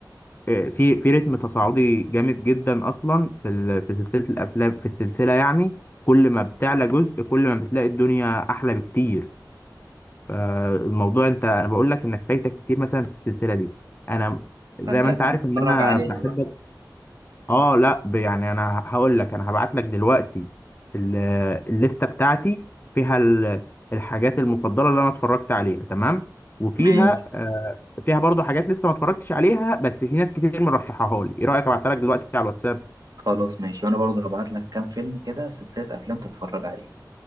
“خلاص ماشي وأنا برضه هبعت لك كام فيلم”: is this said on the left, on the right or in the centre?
Right